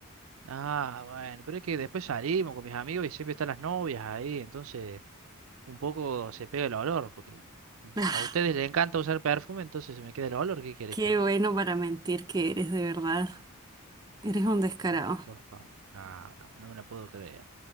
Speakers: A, on the right (about 70°); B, on the right (about 20°).
A: Ah, bueno, pero es que después salimos con mis amigos y siempre están las novias ahí, entonces un poco se pega el olor, porque
B: Ah,
A: a ustedes les encanta usar perfume, entonces se me queda el olor, ¿qué querés
B: Qué
A: que haga?
B: bueno para mentir que eres, de verdad. Eres un descarado.
A: Oh, por favor. Ah, no, no me la puedo creer.